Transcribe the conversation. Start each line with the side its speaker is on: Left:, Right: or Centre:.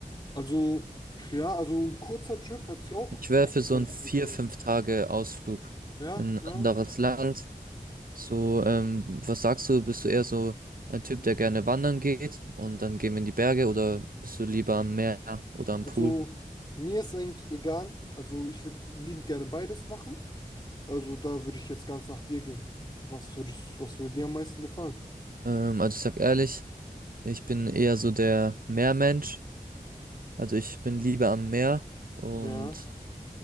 Left: Also, ja, also ein kurzer Trip hört sich auch
Right: Ich wäre
Left: eigentlich
Right: für so
Left: ganz
Right: einen vier,
Left: gut an.
Right: fünf Tage Ausflug
Left: Ja,
Right: in ein
Left: ja.
Right: anderes Land. So, ähm, was sagst du? Bist du eher so ein Typ, der gerne wandern geht und dann gehen wir in die Berge oder bist du lieber am Meer oder am
Left: Also,
Right: Pool?
Left: mir ist eigentlich egal. Also, ich würde liebend gerne beides machen. Also, da würde ich jetzt ganz nach dir gehen. Was würdest, was würde dir am meisten gefallen?
Right: Ähm, also ich sag ehrlich, ich bin eher so der Meermensch. Also ich bin lieber am Meer und
Left: Ja.